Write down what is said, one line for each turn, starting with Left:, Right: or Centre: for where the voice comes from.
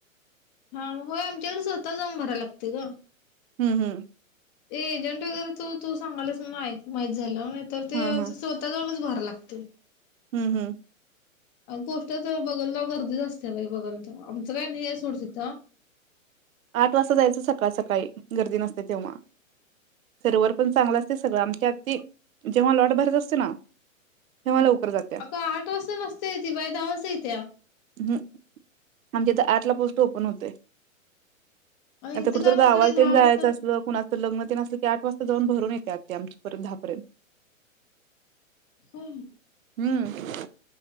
Left: हा मग हो आमच्याकडे स्वतः जाऊन भराय लागते ग.
Right: हम्म हम्म.
Left: ते एजंट वगैरे तू तू सांगालास माहीत झालं नाही तर ते
Right: हा हा
Left: स्वतः जाऊनच भर लाग ते
Right: हम्म हम्म.
Left: गोष्टच बघल तर गर्दीच असते बाई बघल तर आमचं काय नाही सोडसथ.
Right: आठ वाजता जायचं सकाळ सकाळी गर्दी नसते तेव्हा. सर्वर पण चांगला असते सगळं आमच्या आ जेव्हा लॉट भरत असते ना. तेव्हा
Left: ह
Right: लवकर जात्या.
Left: अग आठ वाजता मस्त येते बाई दहा वाजता येते.
Right: ह आमच्याथ आठ ला पोस्ट ओपन होते.
Left: आणि
Right: आता
Left: इथं
Right: कुठं
Left: काय
Right: तर
Left: मंगडे
Right: गावालन
Left: दहा
Right: जायचं
Left: वाजता
Right: असलं कुणाच तर लग्न तेन असलं की आठ वाजता जाऊन भरून येत. ते आमची परधहापर्यंत.
Left: हम.
Right: हम्